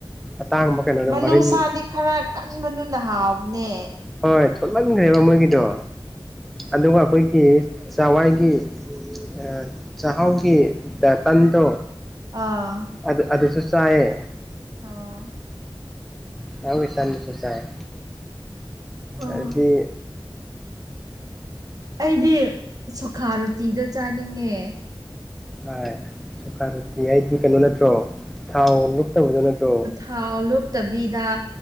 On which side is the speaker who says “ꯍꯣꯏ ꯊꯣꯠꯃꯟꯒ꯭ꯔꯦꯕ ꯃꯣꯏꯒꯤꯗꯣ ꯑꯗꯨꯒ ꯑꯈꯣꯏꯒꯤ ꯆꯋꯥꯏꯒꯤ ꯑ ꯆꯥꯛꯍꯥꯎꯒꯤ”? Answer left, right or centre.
Centre